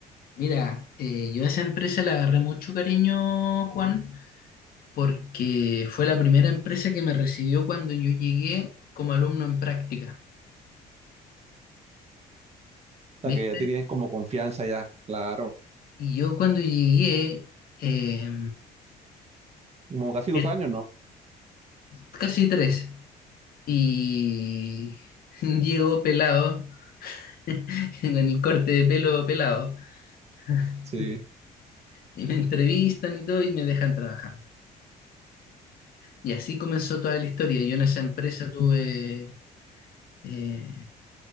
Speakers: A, on the left; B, on the right.
A: Mira, eh, yo a esa empresa le agarré mucho cariño, Juan, porque fue la primera empresa que me recibió cuando yo llegué como alumno en práctica,
B: O
A: ¿viste?
B: sea, que ya te tienes como confianza ya, claro,
A: Y yo cuando llegué, eh,
B: como casi dos
A: eh,
B: años, ¿no?
A: casi tres. y <laughs> llego pelado, <laughs> con el corte de pelo pelado, <laughs>
B: Sí,
A: y me entrevistan y todo y me dejan trabajando. Y así comenzó toda la historia. Yo en esa empresa tuve eh,